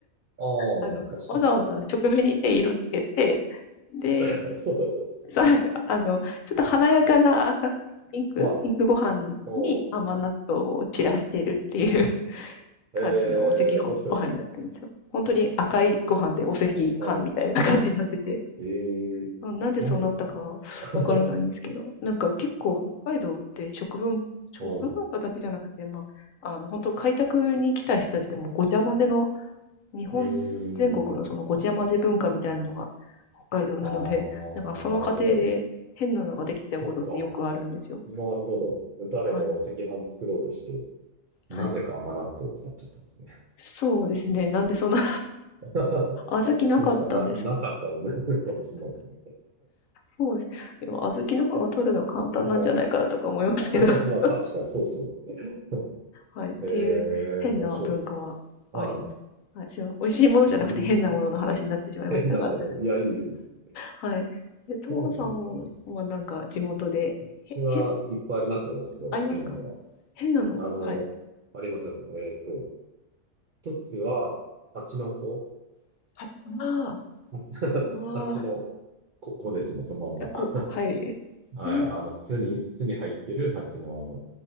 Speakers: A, on the right; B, on the left.
A: ああ、
B: あの、
A: 確かに。
B: わざわざ食紅で色つけて、で、
A: <laughs> そうなんですか。
B: そうなんですよ。あの、ちょっと華やかな赤、ピンクピンクご飯に甘納豆を散らしてるっていう
A: はい。ああ、
B: 感じのお赤飯、
A: ええ、面白いですね。
B: お飯になってるんですよ。本当に赤いご飯でお赤飯みたいな感じになってて。
A: 赤い。ええ何ですかね。
B: <laughs> なんでそうなったか
A: <laughs>
B: わからないんですけど、なんか結構北海道って食文、食文化だけじゃなくて、
A: うん。
B: まあ、あの、本当開拓に来た人たちでもごちゃ混ぜの、日本全国のそのごちゃ混ぜ文化みたいなのが北海道なので、
A: うーん。ああ、
B: <laughs> なんかその過程で変なのができちゃうことってよくあるんですよ。
A: なるほど。そっか。なるほど。誰かがお赤飯作ろうとして、
B: はい。はい。
A: なぜか甘納豆を使っちゃったんですね。
B: そうですね。なんでそんな、
A: <laughs>
B: 小豆なかったんです
A: それしかな、なかったんで、かもしれないですね。
B: そうです。でも小豆の方が取るの簡単なんじゃないかなとか思いますけど。
A: うん <laughs>
B: <laughs>
A: まあ、確かにそうそうだ。
B: はい。っていう変な文化はあります。
A: へえ、面白いですね。は
B: はい。すいません美味しいものじゃなくて変なものの話になってしまいましたが。
A: い。えー変なもの。いや、いいです。
B: はい。え、友野さんはなんか地元で、
A: そうなんですね。私はいっぱいありますよ。
B: へ、変、
A: すごい変なの
B: ありますか変なのはい。
A: は。あの、ありますよ。えっと、一つは、蜂の子
B: は、ああ、
A: <laughs>
B: うわあ、
A: 蜂の子、子ですもん、そのまんま。
B: え、こう、はい。えー
A: <laughs> はい。あの、巣に、巣に入ってる蜂のあの、